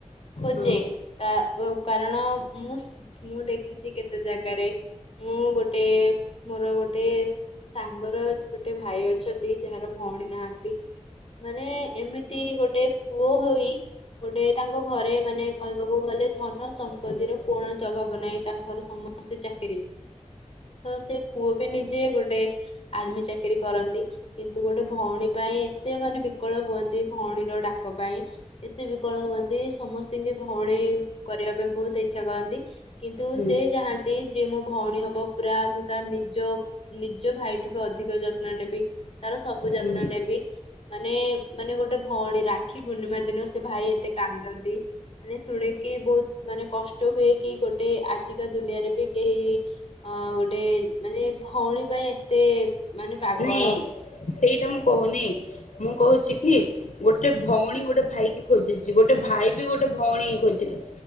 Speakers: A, on the left; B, on the left.
A: ଖୋଜେ
B: ହଁ
A: କା ଅ କାରଣ ମୁଁସ ମୁଁ ଦେଖିଛି କେତେ ଜାଗାରେ ମୁଁ ଗୋଟେ ମୋର ଗୋଟେ ସାଙ୍ଗର ଗୋଟେ ଭାଇ ଅଛନ୍ତି ଯାହାର ଭଉଣୀ ନାହାନ୍ତି ମାନେ ଏମି ତି ଗୋଟେ ପୁଅ ହୋଇ ଗୋଟେ ତାଙ୍କ ଘରେ ମାନେ କହିବାକୁ ଗଲେ ଧନ ସମ୍ପତ୍ତିର
B: ହୁଁ
A: କୌଣସି ଅଭାବ ନାହିଁ ତାଙ୍କ ଘରେ ସମସ୍ତେ ଚାକିରି ତ ସେ ପୁଅ ବି ନିଜେ ଗୋଟେ ଆର୍ମି ଚାକିରି କରନ୍ତି କିନ୍ତୁ ଗୋଟେ ଭଉଣୀ ପାଇଁ ଏତେ ମାନେ ବିକଳ ହୁଅନ୍ତି। ଭଉଣୀର ଡାକ ପାଇଁ ଏତେ ବିକଳ ହୁଅନ୍ତି ସମସ୍ତଙ୍କୁ ଭଉଣୀ କରିବା ପାଇଁ ବହୁତ ଇଚ୍ଛା କରନ୍ତି କିନ୍ତୁ
B: ହୁଁ
A: ସେ ଚାହାନ୍ତି ଯେ ମୋ ଭଉଣୀ ହବ ପୁରା ମୁଁ ତାର ନିଜ ନିଜ ଭାଇ ଠୁ ବି ଅଧିକ ଯତ୍ନ ନେବି ତାର ସବୁ ଯତ୍ନ
B: ହୁଁ
A: ନେବି ମାନେ ମାନେ ଗୋଟେ ଭଉଣୀ ରାକ୍ଷୀ ପୂର୍ଣ୍ଣିମା ଦିନ ସେ ଭାଇ ଏତେ କାନ୍ଦନ୍ତି ମାନେ ଶୁଣିକି ବହୁତ ମାନେ କଷ୍ଟ ହୁଏ କି ଗୋଟେ ଆଜିକା ଦୁନିଆରେ ବି କେହି ଅ ଗୋଟେ ମାନେ ଭଉଣୀ ପାଇଁ ଏତେ ମାନେ ପାଗଳ
B: ନାଇଁ ସେଇଟା ମୁଁ କୋହୁନି ମୁଁ କୋହୁଚି କି ଗୋଟେ ଭଉଣୀ ଗୋଟେ ଭାଇ କି ଖୋଜୁଚି ଗୋଟେ ଭାଇ ବି ଗୋଟେ ଭଉଣୀ ଖୋଜିବ